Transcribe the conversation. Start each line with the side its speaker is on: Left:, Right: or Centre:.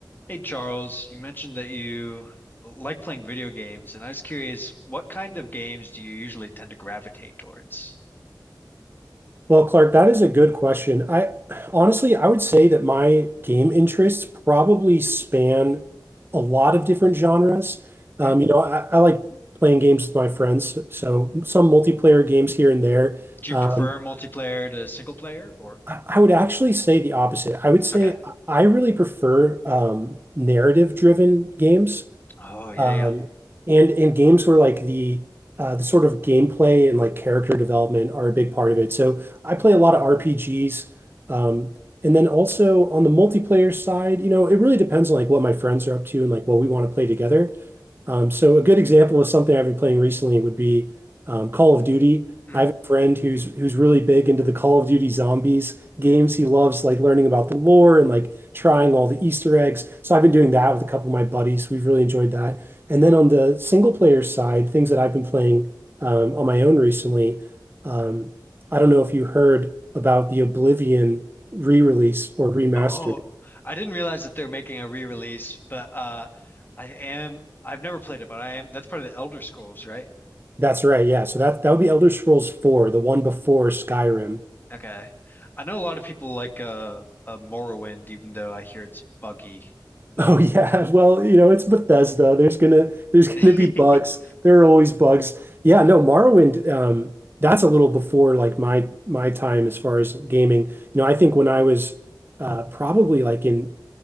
Left: Hey Charles, you mentioned that you like playing video games, and I was curious, what kind of games do you usually tend to gravitate towards?
Right: Well, Clark, that is a good question. I honestly, I would say that my game interests probably span a lot of different genres. Um,
Left: Mhm.
Right: you know, I, I like playing games with my friends, so some multiplayer games here and there.
Left: Do
Right: Um,
Left: you prefer multiplayer to single player or?
Right: I, I would actually say the opposite. I would say
Left: Okay.
Right: I really prefer um, narrative-driven games.
Left: Oh yeah,
Right: Um,
Left: yeah.
Right: and and games where like the uh, the sort of gameplay and like character development are a big part of it. So I play a lot of RPGs. Um, and then also on the multiplayer side, you know, it really depends on like what my friends are up to and like what we want to play together. Um, So a good example of something I've been playing recently would be um, Call of Duty.
Left: Mhm.
Right: I have a friend who's who's really big into the Call of Duty Zombies games. He loves like learning about the lore and like trying all the Easter eggs. So I've been doing that with a couple of my buddies. We've really enjoyed that. And then on the single player side, things that I've been playing um, on my own recently. Um, I don't know if you heard about the Oblivion re-release or remaster.
Left: Oh, I didn't realize that they're making a re-release, but uh I am I've never played it, but I am that's part of the Elder Scrolls, right?
Right: That's right, yeah. So that that would be Elder Scrolls 4, the one before Skyrim.
Left: Okay. I know a lot of people like uh, uh Morrowind, even though I hear it's buggy,
Right: <laughs>
Left: but
Right: Oh yeah, well, you know, it's Bethesda. There's gonna there's
Left: <laughs>
Right: gonna be bugs. There are always bugs. Yeah, no, Morrowind, um, that's a little before like my my time as far as gaming. You know, I think when I was uh probably like in